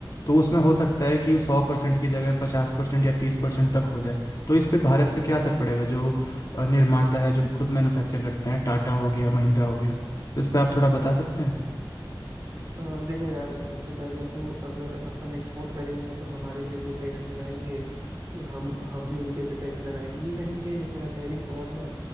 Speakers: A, on the left; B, on the right.
A: तो उसमें हो सकता है कि सौ परसेंट की जगह पचास परसेंट या तीस परसेंट तक हो जाए तो इस पे भारत पे क्या असर पड़ेगा जो अ, निर्माता है जो खुद मैन्युफैक्चर करते हैं टाटा हो गया महिंद्रा हो गया तो इस पे आप थोड़ा बता सकते हैं
B: हाँ, देखो यार सबसे पहले तो अगर अपन एक्सपोर्ट करेंगे तो हमारे पे वो टैक्स लगाएंगे फिर हम हम भी उनके पे टैक्स लगाएंगे ये कहीं ना कहीं देखो यार टैरिफ वॉर ना